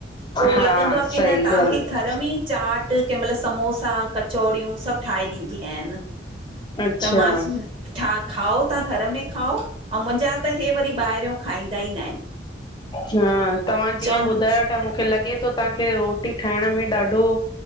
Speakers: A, on the right; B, on the left.
A: पो
B: हा
A: लॻंदो आ कि
B: सही ॻाल्हि
A: घर में ई चाट कंहिं मइल समोसा, कचौड़ियूं सब ठाहे ॾींदी आहियांन,
B: अच्छा
A: त मां ठा खाओ था घर में खाओ ऐं मुंहिंजा त हे वरी ॿाहिरियों खाईंदा ई न आहिनि
B: हां, तव्हां
A: चवनि
B: जीअं ॿुधायो था मुखें लॻे थो तहांखे रोटी ठाहिण में ॾाढो